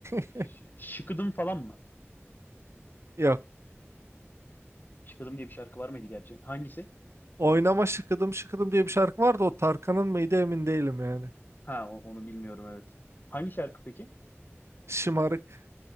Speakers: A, on the right; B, on the left.
A: <laughs>
B: Ş- Şıkıdım falan mı?
A: Yok.
B: Şıkıdım diye bir şarkı var mıydı gerçi? Hangisi?
A: Oynama şıkıdım şıkıdım diye bir şarkı vardı. O Tarkan'ın mıydı emin değilim yani.
B: Ha o- onu bilmiyorum evet. Hangi şarkı peki?
A: Şımarık.